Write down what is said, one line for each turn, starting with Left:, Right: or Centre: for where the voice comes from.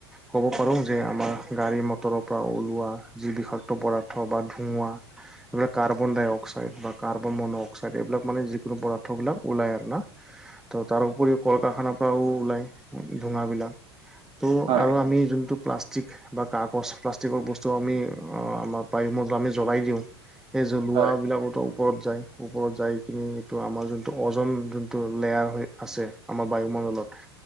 Centre: ক'ব পাৰো যে, আমাৰ গাড়ী মটৰৰ পৰা ওল লোৱা যি বিষাক্ত পদাৰ্থ বা ধোৱা, এইবিলাক কাৰ্বন-ডাই-অক্সাইড কাৰ্বন-মন-অক্সাইড, এইবিলাক মানে যিকোনো পদাৰ্থবিলাক ওলায় আৰু না, ত', তাৰ উপৰিও কল-কাৰখানাৰ পৰাও ওলাই ধোৱাবিলাক, ত',
Right: হয়
Centre: আৰু
Right: হয়
Centre: আমি যোনটো প্লাষ্টিক বা কাগজ, প্লাষ্টিকৰ বস্তু আমি আমাৰ বায়ুমণ্ডলত আমি জ্বলাই দিওঁ সেই জ্বলোৱাবিলাকোতো
Right: হয়
Centre: ওপৰত যায়, ওপৰত যাই কিনে এইটো আমাৰ যোনটো আমাৰ অ'জন যোন টো লেয়াৰ হৈ আছে আমাৰ বায়ুমণ্ডলত